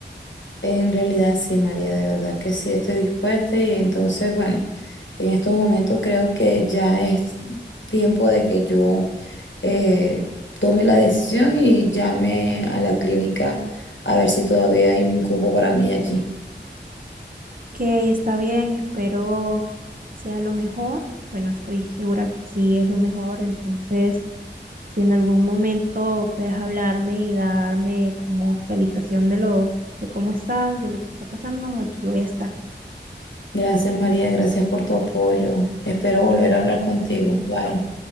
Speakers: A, on the left; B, on the right.
A: En realidad sí, María, de verdad que sí estoy dispuesta y entonces, bueno, en estos momentos creo que ya es tiempo de que yo eh, tome la decisión y llame a la clínica a ver si todavía hay un cupo para mí allí.
B: que está bien, espero sea lo mejor. Bueno, estoy segura que sí es lo mejor, entonces si en algún momento puedes hablarme y darme como actualización de lo, de cómo estás, de lo que está pasando, aquí voy a estar.
A: Gracias, María, gracias por tu apoyo. Espero volver a hablar contigo. Bye.